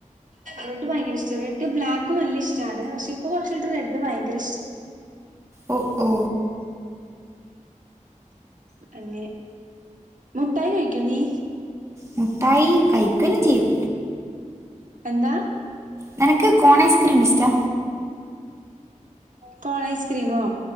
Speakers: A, on the right; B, on the right.
A: റെഡ് ഭയങ്ക ഇഷ്ട റെഡ് ബ്ലാക്കും നല്ല ഇഷ്ടമാണ് പക്ഷെ ഇപ്പൊ കുറച്ചായിട്ട് റെഡ് ഭയര ഇഷ്ടാണ്
B: ഓ ഓ
A: അങ്ങെ മുട്ടായി കഴിക്കോ നീ
B: മുട്ടായി കഴിക്കെല്ലും ചെയ്യും
A: എന്താ
B: നെനക്ക് കോണ് ഐസ്ക്രീം ഇഷ്ട്ടാ?
A: കോണ് ഐസ്ക്രീമോ?